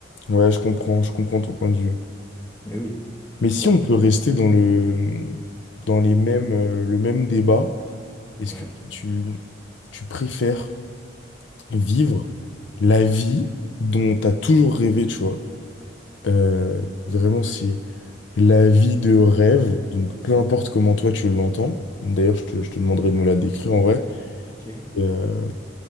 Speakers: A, on the left; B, on the left.
A: Ouais, je comprends, je comprends ton point de vue.
B: Eh oui.
A: Mais si
B: Donc,
A: on peut rester dans le, dans les mêmes, euh, le même débat. Est-ce
B: ouais,
A: que tu, tu préfères vivre la vie dont tu as toujours rêvé, tu vois? Euh, vraiment, c'est la vie de rêve, donc peu importe comment toi tu l'entends. D'ailleurs, je te, je te demanderai de me la décrire en vrai.
B: ok.
A: Euh,